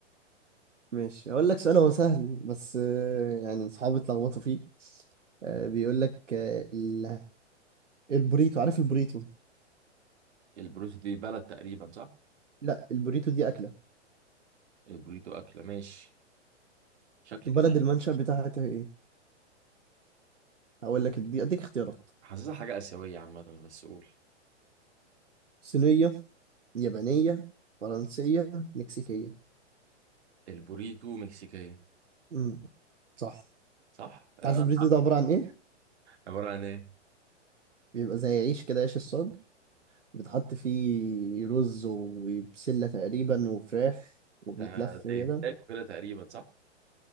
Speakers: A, on the right (about 85°); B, on the right (about 65°).
A: ماشي هقول لك سؤال هو سهل بس آه، يعني اصحابي اتلخبطوا فيه آه، بيقول لك آه، ال- البوريتو عارف البوريتو
B: البروتو دي بلد تقريبا صح
A: لا البوريتو دي اكله
B: البوريتو أكلة ماشي شكل
A: بلد
B: كده
A: المنشأ بتاعتها ايه هقول لك دي اديك اختيارات
B: حاسسها حاجة آسيوية عامة بس قول
A: صينيه يابانيه فرنسيه مكسيكيه
B: البوريتو مكسيكية
A: امم صح
B: صح آه،
A: عارف البوريتو ده عباره عن ايه
B: عبارة عن إيه
A: بيبقى زي عيش كده عيش الصاج بيتحط فيه رز وبسله تقريبا وفراخ وبيتلف
B: ده ده
A: كده
B: يتاكل كده تقريبا صح؟